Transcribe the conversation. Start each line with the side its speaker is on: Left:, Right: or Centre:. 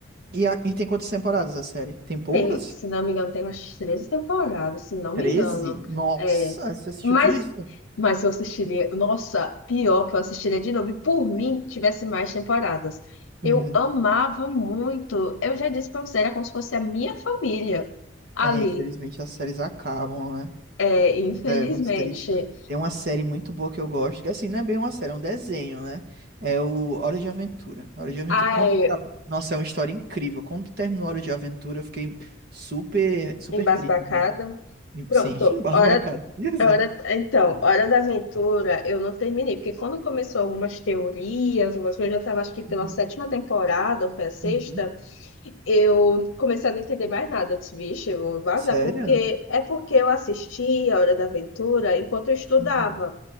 Right: E, a- e tem quantas temporadas a série? Tem poucas?
Left: Tem, se não me engano, tem umas 13 temporadas, se não
Right: 13.
Left: me engano.
Right: Nossa,
Left: É,
Right: você assistiu
Left: mas,
Right: tudo isso?
Left: mas eu assistiria. Nossa, pior que eu assistiria de novo. E por mim, tivesse mais temporadas.
Right: Uhum.
Left: Eu amava muito. Eu já disse pra você, era como se fosse a minha família ali.
Right: É, infelizmente as séries acabam, né?
Left: É, infelizmente.
Right: É muito triste. Tem uma série muito boa que eu gosto, que assim, não é bem uma série, é um desenho, né? É o Hora de Aventura. Hora de Aventura.
Left: Ai,
Right: Quando acabou- Nossa, é uma história incrível. Quando terminou Hora de Aventura, eu fiquei super, super
Left: embasbacada.
Right: triste mesmo. E-
Left: Pronto,
Right: Sim, <laughs>
Left: hora
Right: embasbacado. Exato.
Left: Hora, então, Hora da Aventura eu não terminei, porque quando começou algumas teorias, algumas coisas, eu já estava acho que pela
Right: Uhum.
Left: sétima temporada, ou foi a sexta,
Right: Uhum.
Left: eu comecei a não entender mais nada. Eu disse, vixe, eu vou vazar,
Right: Sério?
Left: porque é porque eu assistia a Hora da Aventura enquanto eu estudava,
Right: Uhum.